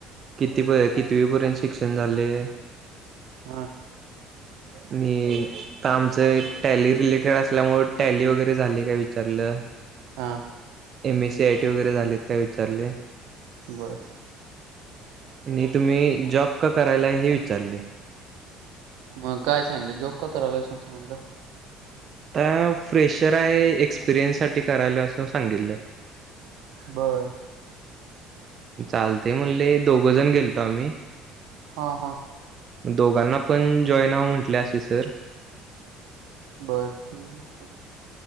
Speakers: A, on the right; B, on the right.
A: किती प कितीवी पर्यंत शिक्षण झाले
B: हा
A: आणि का आमचं टॅली रिलेटेड असल्यामु टॅली वगैरे झाली काय विचारलं
B: हा
A: M A C I T वगैरे झालेत काय विचारले
B: बरं
A: आणि तुम्ही जॉब का करायला आहे हे विचारले
B: मग काय सांगलं जॉब का करायला असून सांगलं
A: आता फ्रेशर आहे एक्सपिरियन्स साठी करायला असं सांगितलं
B: बरं
A: चालते म्हणले दोघ जण गेलतो आम्ही
B: हा हा
A: दोघांना पण जॉईन हवं म्हटले असे सर
B: बर ठीक आहे